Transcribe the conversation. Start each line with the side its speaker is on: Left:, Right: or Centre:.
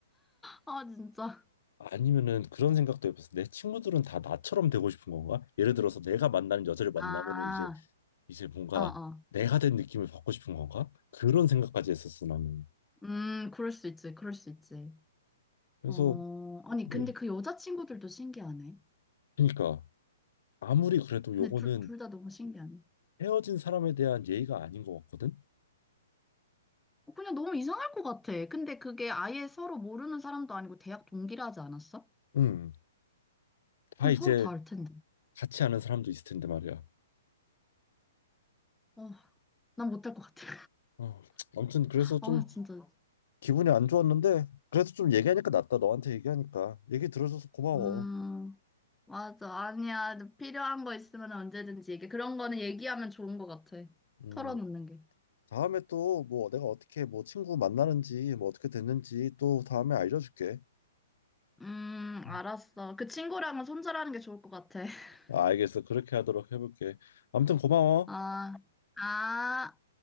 Centre: <laughs> 아, 진짜.
Left: 아니면은 그런 생각도 해봤어. 내 친구들은 다 나처럼 되고 싶은 건가? 예를 들어서 내가 만나는 여자를 만나면은
Centre: 아,
Left: 이제 이제 뭔가
Centre: 어, 어.
Left: 내가 된 느낌을 받고 싶은 건가? 그런 생각까지 했었어 나는.
Centre: 음, 그럴 수 있지. 그럴 수 있지.
Left: 그래서
Centre: 어, 아니, 근데
Left: 음,
Centre: 그 여자친구들도 신기하네.
Left: 그러니까 아무리 그래도 요거는
Centre: 근데 둘, 둘 다 너무 신기하네.
Left: 헤어진 사람에 대한 예의가 아닌 것 같거든.
Centre: 어, 그냥 너무 이상할 것 같아. 근데 그게 아예 서로 모르는 사람도 아니고 대학 동기라 하지 않았어?
Left: 음,
Centre: 그럼
Left: 다 이제
Centre: 서로 다 알 텐데.
Left: 같이 아는 사람도 있을 텐데 말이야.
Centre: 어, 난 못할 것 같아.
Left: 어, 아무튼 그래서 좀
Centre: <laughs> 아, 진짜.
Left: 기분이 안 좋았는데 그래서 좀 얘기하니까 낫다. 너한테 얘기하니까 얘기 들어줘서 고마워.
Centre: 음. 맞아. 아니야. 필요한 거 있으면 언제든지 얘기. 그런 거는 얘기하면 좋은 것 같아.
Left: 음,
Centre: 털어놓는 게.
Left: 다음에 또 뭐 내가 어떻게 뭐 친구 만나는지 뭐 어떻게 됐는지 또 다음에 알려줄게.
Centre: 음,
Left: 음.
Centre: 알았어. 그 친구랑은 손절하는 게 좋을 것 같아. <laughs>
Left: 아, 알겠어. 그렇게 하도록 해볼게. 아무튼 고마워.
Centre: 아, 아,